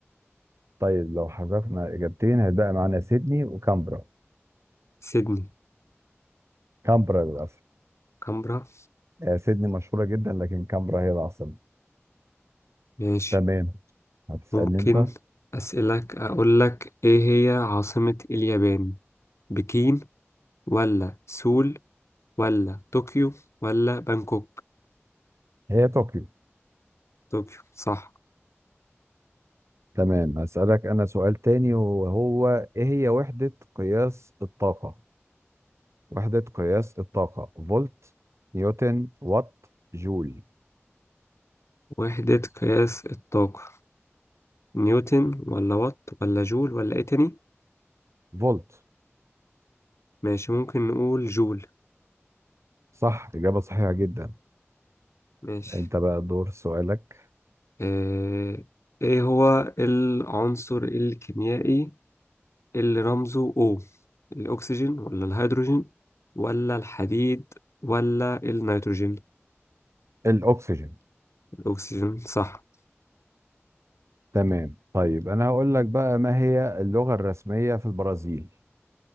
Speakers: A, on the right; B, on the left.
A: طيب لو حذفنا اجابتين هيبقى معانا سيدني وكامبرا
B: سيدني
A: كامبرا للاسف
B: كامبرا
A: آه سيدني مشهوره جدا لكن كامبرا هي العاصمه
B: ماشي
A: تمام هتسالني
B: ممكن
A: انت
B: أسألك أقول لك إيه هي عاصمة اليابان بكين ولا سول ولا طوكيو ولا بانكوك
A: هي طوكيو
B: طوكيو صح
A: تمام هسالك انا سؤال تاني وهو ايه هي وحده قياس الطاقه وحدة قياس الطاقة فولت نيوتن وات جول
B: وحدة قياس الطاقة نيوتن ولا وات ولا جول ولا إيه تاني
A: فولت
B: ماشي ممكن نقول جول
A: صح إجابة صحيحة جدا
B: ماشي
A: أنت بقى دور سؤالك
B: آه، إيه هو العنصر الكيميائي اللي رمزه O الأكسجين ولا الهيدروجين ولا الحديد ولا النيتروجين
A: الأكسجين
B: الأكسجين صح
A: تمام طيب أنا هقول لك بقى ما هي اللغة الرسمية في البرازيل